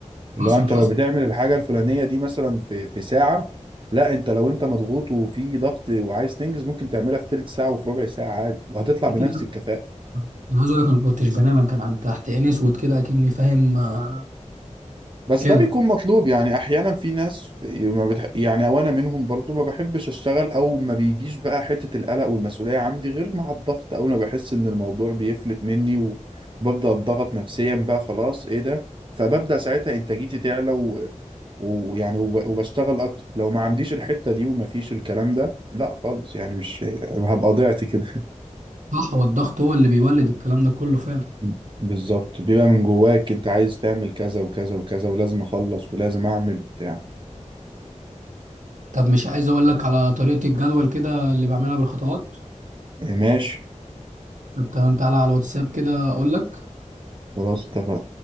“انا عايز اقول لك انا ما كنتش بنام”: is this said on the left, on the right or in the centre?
Right